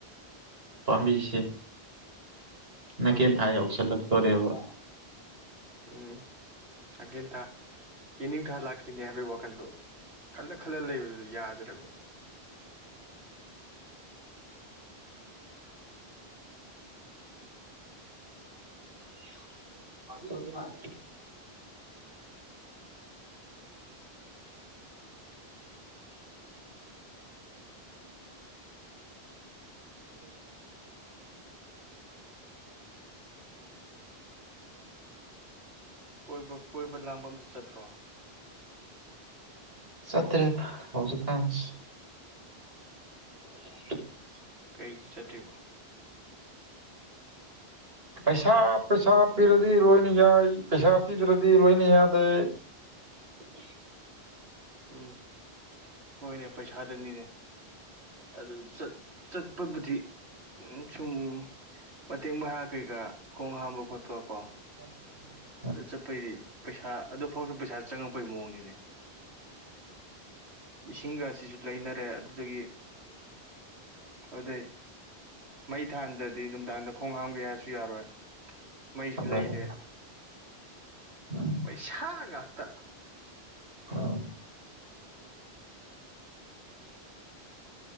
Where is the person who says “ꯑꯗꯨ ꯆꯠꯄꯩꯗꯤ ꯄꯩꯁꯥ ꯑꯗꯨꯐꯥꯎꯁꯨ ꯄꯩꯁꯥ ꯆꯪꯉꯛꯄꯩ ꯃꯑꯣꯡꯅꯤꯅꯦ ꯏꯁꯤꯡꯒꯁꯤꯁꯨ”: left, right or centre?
Right